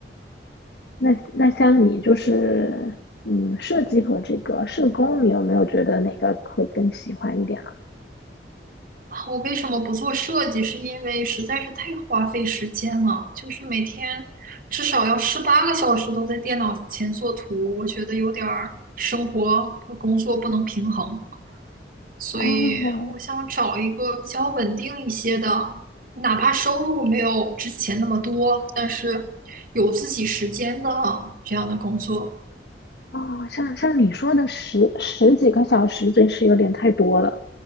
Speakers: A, on the left; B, on the right.
A: 那那像你就是，嗯，设计和这个社工，你有没有觉得哪个会更喜欢一点呢？
B: 啊我为什么不做设计？是因为实在是太花费时间了，就是每天至少要十八个小时都在电脑前做图，我觉得有点儿生活和工作不能平衡，所以我想找一个比较稳定一些的，
A: 哦
B: 哪怕收入没有之前那么多，但是有自己时间的这样的工作。
A: 哦，像像你说的十十几个小时，真是有点太多了。